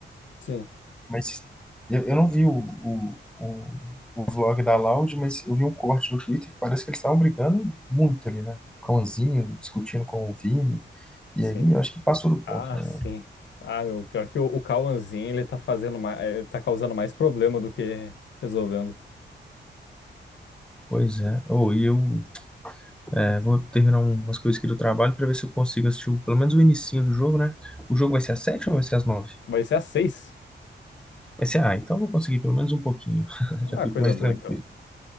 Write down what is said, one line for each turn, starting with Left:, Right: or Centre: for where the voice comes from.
Left: Sim.
Centre: mas eu, eu não vi o, o, o, o vlog da Loud, mas eu vi um corte no Twitter que parece que eles estavam brigando muito ali, né, com o Zinho, discutindo com o Vini, e
Left: Sim.
Centre: aí eu acho que passou do ponto,
Left: Ah,
Centre: né.
Left: sim. Ah, meu, pior que o, o Cauãzinho, ele tá fazendo mais, eh, tá causando mais problema do que resolvendo.
Centre: Pois é, ou e eu é, vou terminar umas coisas aqui do trabalho para ver se eu consigo assistir o- pelo menos o inicinho do jogo, né, o jogo vai ser às sete ou vai ser às nove?
Left: Vai ser às seis.
Centre: Vai ser, ah, então eu vou conseguir pelo menos um pouquinho, <laughs>
Left: Ah,
Centre: já fico
Left: coisa
Centre: mais
Left: boa
Centre: tranquilo.
Left: então.